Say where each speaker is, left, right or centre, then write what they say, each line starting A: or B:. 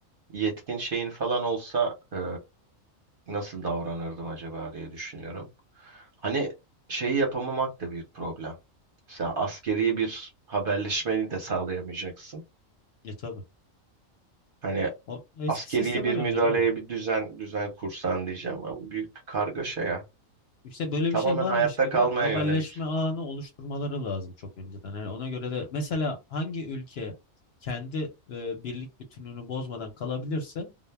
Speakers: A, on the right; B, on the left.
A: yetkin şeyin falan olsa e, nasıl davranırdım acaba diye düşünüyorum. Hani şeyi yapamamak da büyük problem. Mesela askeri bir haberleşmeyi de sağlayamayacaksın.
B: Ya tabii.
A: Hani
B: O eski
A: askeri
B: sisteme
A: bir
B: döneceksin
A: müdahaleye
B: abi.
A: bir düzen düzen kursan diyeceğim ama büyük bir kargaşa ya.
B: İşte böyle
A: Tamamen
B: bir şey varmış
A: hayatta
B: gibi
A: kalmaya
B: haberleşme
A: yönelik.
B: ağını oluşturmaları lazım çok önceden. Yani ona göre de mesela hangi ülke kendi e, birlik bütünlüğünü bozmadan kalabilirse